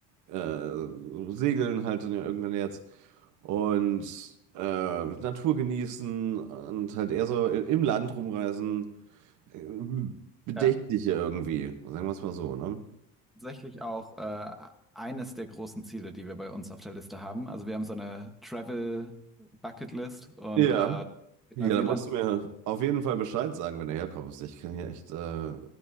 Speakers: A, on the right; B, in the centre.
A: äh, Segeln halt dann irgendwann jetzt und äh, Natur genießen und halt eher so i- im Land rumreisen. äh, Bedächtliche
B: Ja,
A: irgendwie, sagen wir es mal so, ne?
B: tatsächlich auch äh, eines der großen Ziele, die wir bei uns auf der Liste haben. Also wir haben so eine Travel Bucket List und
A: Ja.
B: äh, mit
A: Ja,
B: Neuseeland.
A: da musst du mir auf jeden Fall Bescheid sagen, wenn du herkommst. Ich kann hier echt äh,